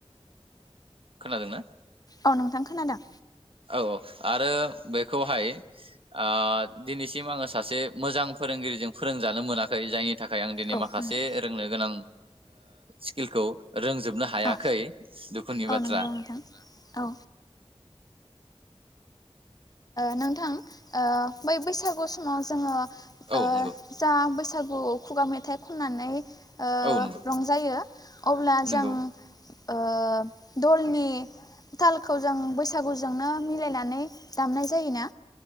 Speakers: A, on the right; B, on the left.
A: खोनादोंना?
B: औ नोंथां खोनादों
A: औ औ आरो बेखौहाय ओ दिनैसिम आङो सासे मोजां फोरोंगिरिजों फोरोंजानो मोनाखै जायनि नि थाखाय आं दिनै
B: औ
A: माखासे
B: नंगौ
A: रोंनो गोनां स्किलखौ रोंजोबनो हायाखै
B: औ
A: दुखुनि
B: औ
A: बाथ्रा।
B: नंगौ नोंथां औ नोंथां ओ बै बैसागु समाव जोङो ओ
A: औ नंगौ
B: जा बैसा गु खुगा मेथाइ खननानै ओ
A: औ नंगौ
B: रंजायो अब्ला
A: नंगौ
B: जों ओ दलनि तालखौ जों बैसागुजोंनो मिलायनानै दामनाय जायोना।